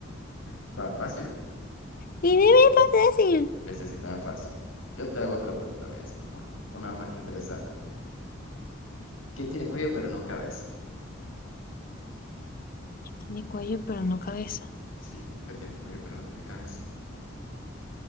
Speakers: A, on the left (about 85°); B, on the left (about 45°).
A: Está fácil.
B: Y dime fácil.
A: Necesitaba fácil. Yo te hago otra pregunta, me dice mejor. Una más interesante. ¿Qué tiene cuello pero no cabeza?
B: Tiene cuello, pero no cabeza.
A: Sí, ¿qué tiene cuello pero no tiene cabeza?